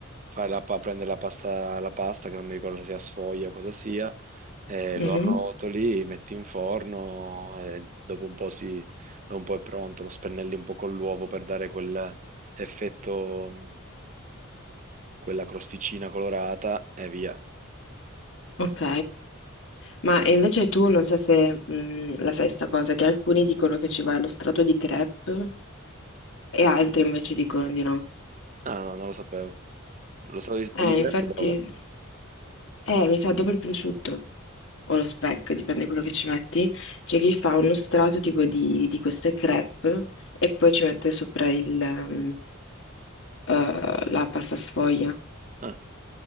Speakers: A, on the right; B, on the left.
A: fare la, pa- prendere la pasta, la pasta, che non mi ricordo se sia sfoglia o cosa sia, eh,
B: Mhm,
A: lo arrotoli, metti in forno e dopo un po', si, dopo un po' è pronto, lo spennelli un po' con l'uovo per dare quel effetto, mh, quella crosticina colorata e via.
B: Ok. Ma e invece tu non so se mh, la sai sta cosa, che alcuni dicono che ci va lo strato di crepe e altri invece dicono di no.
A: Ah, no, non lo sapevo. Lo stato di,
B: Eh,
A: di crepe
B: infatti,
A: dove?
B: eh, mi sa dopo il prosciutto o lo speck, dipende da quello che ci metti. C'è chi fa uno strato tipo di, di queste crepe e poi ci mette sopra il, mm, eh, la pasta sfoglia.
A: Ah,